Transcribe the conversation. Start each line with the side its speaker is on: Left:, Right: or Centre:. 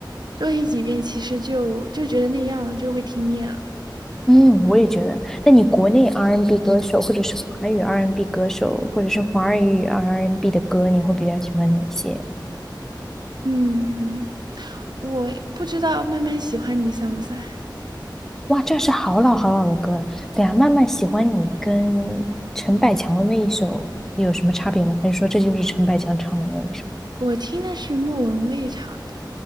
Right: 多听几遍，其实就就觉得那样了，就会听厌了。
Centre: 嗯，我也觉得。那你国内 R&B n 歌手，或者是华语 R&B n 歌手，或者是华语 R&B n 的歌，你会比较喜欢哪些？
Right: 嗯，我不知道慢慢喜欢你算不算？
Centre: 哇，这是好老好老的歌了。对呀，慢慢喜欢你跟陈百强的那一首有什么差别吗？还是说这就是陈百强唱的那一首？
Right: 我听的是莫文蔚唱的